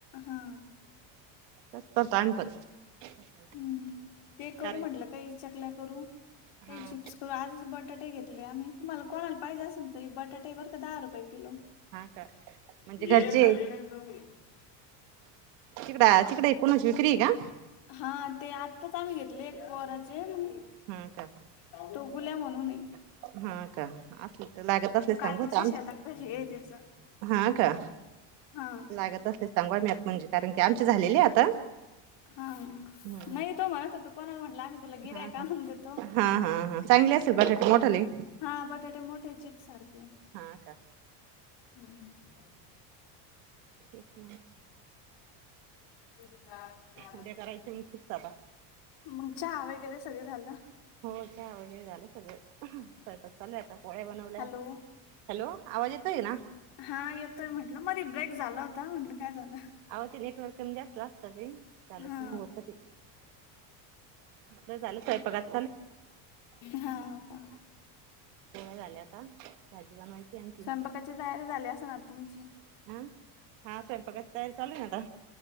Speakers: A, on the left; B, on the right.
A: हा.
B: <unintelligible>
A: हम्म ते करू
B: कारण
A: म्हटलं काही चकल्या करू, काही
B: हा
A: चिप्स करू आजच बटाटे घेतले आम्ही तुम्हाला कोणाला पाहिजे असेन तर हे बटाटे बर का दहा रूपये किलो.
B: हा का म्हणजे
A: <inaudible>
B: घरचे
A: ये खाली <unintelligible> ती.
B: तिकड तिकडे कणाची विक्री आहे का?
A: हा ते आत्ताच आम्ही घेतले एक पोराचे. <inaudible>
B: हा का
A: तो बुला म्हणूने.
B: हा का? असल तर लागत असले सांग
A: कार्तिकच्या
B: हा आम
A: शेताकडे हे त्याच
B: <inaudible> हा का.
A: हा
B: लागत असले सांगा <unintelligible> म्हणजे कारण की आमची झालेलीय आता.
A: हा,
B: हम्म
A: नाही तो म्हणत होता कोणाला म्हटला आम्ही तुला गिराइक
B: हा
A: आणून
B: हा
A: देतो.
B: हा हा हा चांगली असेल
A: ह
B: बटाटे मोठाणे.
A: हा बटाटे मोठे चिप्स सारखे
B: हा का
A: हम्म.
B: ठीक मंग
A: <unintelligible>
B: उद्या करायचे मग फिक्स आता
A: मग चहा वगैरे सगळ झालं.
B: हो चहा वैगेरे झालं सगळ स्वयंपा चालू आहे आता पोळ्या बनवल्या
A: हॅलो
B: हॅलो आवाज येतोय ना?
A: हा येतोय म्हंटलं मधी ब्रेक झाला होता म्हटलं काय झाल.
B: आव ते नेटवर्क कमी जास्त असत ते झालं
A: हा
B: की मंग होत ते. सगळ झालं स्वयंपाक आत
A: हाव का
B: झालय आता भाजी बनवायची आणखी.
A: स्वयंपाकाची तयारी झाली आसन आता तुमची?
B: आ हा स्वयंपाकाची तयारी चालू हाय आता